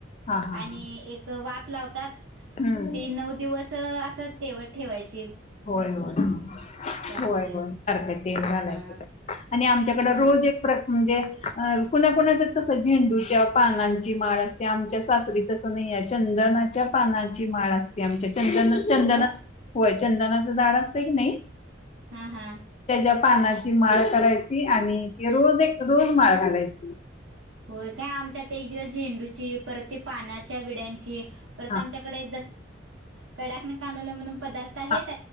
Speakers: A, on the left; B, on the right.
A: हा हा
B: आणि
A: हा
B: एक वाात लावतात
A: हम्म
B: ते नऊ दिवस असं तेवट ठेवायचे
A: होय होय
B: असतंय
A: होय होय सारखं तेल घालायचं
B: हा
A: आणि आमच्याकडं
B: हा
A: रोज एक म्हणजे कुणाकुणाच तस झेंडूच्या पानांची माळ असते आमच्या सासरी तस नाही आहे चंदनाच्या पानांची माळ असते आमच्या चंद चंदना
B: होय
A: होय चंदनाच झाड असत की नाही
B: हम हा
A: त्याच्या पानाची माळ करायची आणि ते रोज एक रोज माळ घालायची
B: होय काय आमच्यात एक दिवस झेंडूची परत ते पाण्याच्या विड्यांची परत
A: हा
B: आमच्याकडे कड का म्ह प आहेत
A: हा